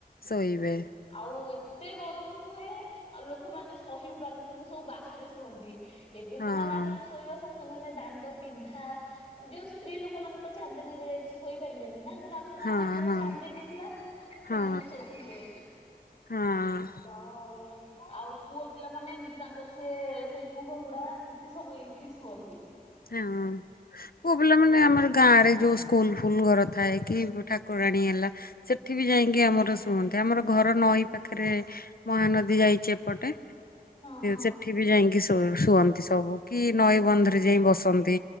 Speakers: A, on the left; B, on the left.
A: ଶୋଇବେ
B: ଆଉ ଏ ଏତେ ଗରମ ହୁଏ, ଆଉ ଲୋକମାନେ ସହି ବି ପାରନ୍ତିନି ସବୁ ବାହାରେ ଶୁଅନ୍ତି। ଏବେ
A: ହଁ
B: ସିନା ବାହାରେ ଶୋଇବା ସମ ସେ ନେ ନେ ଦାଣ୍ଡ ପିନ୍ଧା, ଯୋଉ ସ୍ତ୍ରୀ ଲୋକମାନେତ ଚାନ୍ଦିନୀରେ ଯାଇକି ଶୋଇପାରିବେନି ନା କିନ୍ତୁ ଆଗରୁ ଗାଁମାନଙ୍କର
A: ହଁ ହଁ
B: ଚାନ୍ଦିିନଥିଲା
A: ହଁ
B: ସେମାନେ ଶୋଉଥିଲେ।
A: ହଁ
B: ତ ଆଉ ପୁଅପିଲା ମାନେ ଏମିତି ତାଙ୍କର ସେ ସେଇ, କୂହ ହୁଡା ଏମିତି ସବୁ ଏଇଥିି ଶୁଅନ୍ତି।
A: ହଁ ପୁଅପିଲାମାନେ ଆମର ଗାଁ ରେ ଯୋଉ ସ୍କୁଲଫୁଲ ଘର ଥାଏ କି ଠାକୁର ପ୍ରଣୀ ହେଲା ସେଠିବି ଯାଇକି ଆମର ଶୁଣନ୍ତି ଆମର ଘର ନଈ ପାଖରେ ମହାନଦୀ ଯାଇ ସେପଟେ
B: ହଁ ହଁ।
A: ସେଠିବି ଯାଇକି ଶୁଅନ୍ତି ସବୁ, କି ନଈବନ୍ଧରେ ଯାଇ ବସନ୍ତି